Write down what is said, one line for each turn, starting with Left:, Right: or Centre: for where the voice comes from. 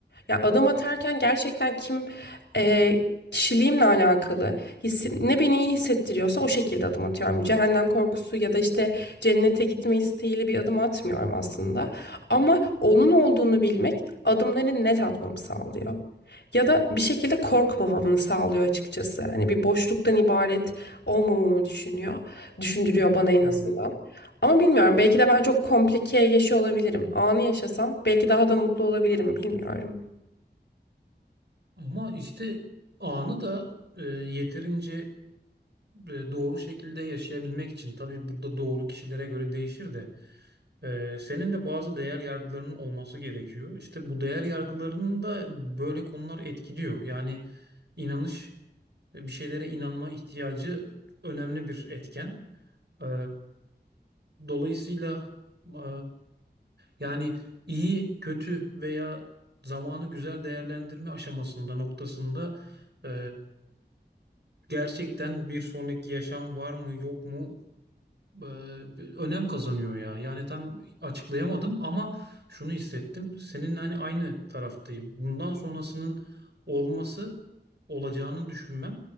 Left: Ya adım atarken gerçekten kim e, kişiliğimle alakalı hissi- ne beni iyi hissettiriyorsa o şekilde adım atıyorum. Cehennem korkusu ya da işte cennete gitme isteğiyle bir adım atmıyorum aslında. Ama onun olduğunu bilmek adımları net atmamı sağlıyor. Ya da bir şekilde korkmamamı sağlıyor açıkçası. Hani bir boşluktan ibaret olmamamı düşünüyor. Düşündürüyor bana en
Right: Hı
Left: azından. Ama bilmiyorum belki de ben çok komplike yaşıyor olabilirim. Anı yaşasam belki daha da mutlu olabilirim bilmiyorum.
Right: Ama işte anı da e, yeterince e, doğru şekilde yaşayabilmek için tabii burada doğru kişilere göre değişir de Ee, senin de bazı değer yargılarının olması gerekiyor. İşte bu değer yargılarını da böyle konular etkiliyor. Yani inanış, e, bir şeylere inanma ihtiyacı önemli bir etken. Ee, dolayısıyla e, yani iyi, kötü veya zamanı güzel değerlendirme aşamasında, noktasında e, gerçekten bir sonraki yaşam var mı, yok mu? e, önem kazanıyor ya. Yani tam açıklayamadım ama şunu hissettim. Seninle hani aynı taraftayım. Bundan sonrasının olması olacağını düşünmem